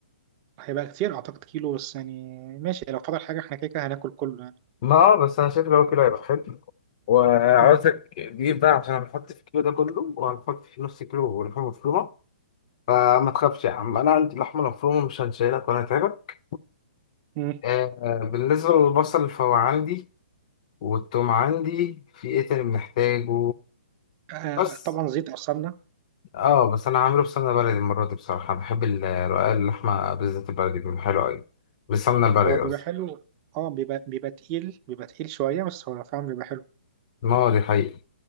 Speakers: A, on the right (about 25°); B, on the left (about 40°).
A: هيبقى كتير اعتقد كيلو بس يعني ماشي لو فضل حاجه احنا كده كده هناكل كله يعني
B: ما آه، بس انا شايف لو هو كيلو هيبقى حلو وعاوزك
A: مم.
B: تجيب بقى عشان هنحط في الكيلو ده كله وهنحط في نص كيلو لحمه مفرومه فما تخافش يا عم انا عندي اللحمه المفرومه مش هنشيلك ولا هتعبك
A: مم.
B: آه بالنسبه للبصل فهو عندي والثوم عندي في ايه تاني بنحتاجه
A: آه
B: بس
A: طبعا زيت او سمنه
B: اه بس انا عامله بسمنه بلدي المره دي بصراحه بحب ال- رقاق اللحمه بالذات البلدي بيبقى حلو قوي بالسمنه البلدي
A: هو بيبقى
B: قصدي
A: حلو اه بيبقى بيبقى تقيل بيبقى تقيل شوية بس هو فعلا بيبقى حلو
B: اه دي حقيقة